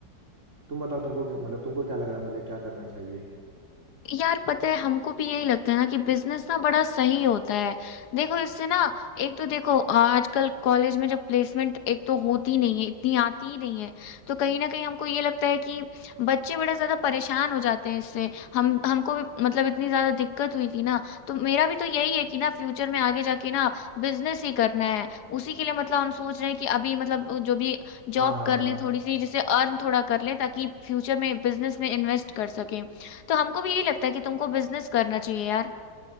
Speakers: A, on the right; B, on the left.
A: तुम बताओ तुमको क्या- मतलब तुमको क्या लग रहा है मुझे क्या करना चाहिए
B: यार पता है हमको भी यही लगता है ना कि बिजनेस ना बड़ा सही होता है देखो इससे ना एक तो देखो अ, आजकल कॉलेज में जब प्लेसमेंट एक तो होती नहीं है इतनी आती ही नहीं है तो कहीं ना कहीं हमको ये लगता है कि बच्चे बड़े ज्यादा परेशान हो जाते हैं इससे हम हमको भी मतलब इतनी ज्यादा दिक्कत हुई थी ना तो मेरा भी तो यही है कि ना फ्यूचर में आगे जाके ना बिजनेस ही करना है उसी के लिए मतलब हम सोच रहे हैं कि अभी मतलब जो भी
A: हाँ
B: जॉब
A: हाँ
B: कर
A: हाँ
B: लें थोड़ी सी जिससे अर्न थोड़ा कर लें ताकि फ्यूचर में बिजनेस में इन्वेस्ट कर सकें तो हमको भी यही लगता है कि तुमको बिजनेस करना चाहिए यार